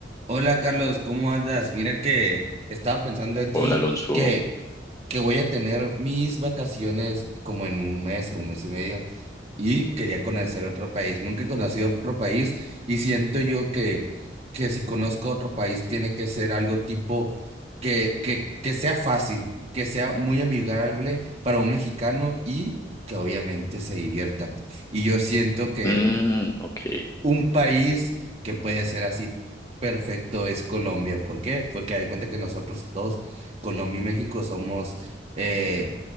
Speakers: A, on the right; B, on the left.
A: Hola Carlos, ¿cómo andas? Mira que estaba pensando aquí
B: Hola Alonso.
A: que, que voy a tener mis vacaciones como en un mes o un mes y medio y quería conocer otro país. Nunca he conocido otro país y siento yo que, que si conozco otro país tiene que ser algo tipo que, que, que sea fácil, que sea muy amigable para un mexicano y que obviamente se divierta. Y yo siento que
B: Mm, ok.
A: un país que puede ser así perfecto es Colombia. ¿Por qué? Porque hay cuenta que nosotros todos, Colombia y México, somos eh,